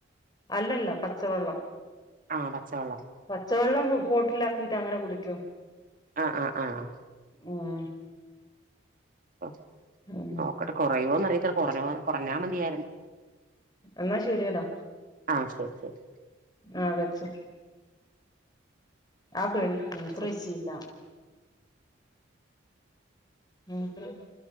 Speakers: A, on the left; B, on the right.
A: അല്ലല്ല പച്ചവെള്ളം
B: ആഹ് പച്ചവെള്ളം
A: പച്ചവെള്ളം ബോട്ടിലാക്കിട്ട് അങ്ങന കുടിക്കും
B: ആഹ് ആഹ്
A: ആഹ്
B: മ്
A: ഉം
B: ന്നോക്കട്ടെ കൊറയോന്ന് അറിയത്തില്ല കൊർഞുവ കൊറഞ്ഞാ മതിയായിരുന്നു
A: എന്നാ ശരിയടാ
B: ആ ശെരി ശെരി
A: ആഹ് വെച്ചോ ആ പെണ്ണ് മൂത്രൊഴ്ചീല്ല
B: ശരി
A: മൂത്രൊയ്ക്ക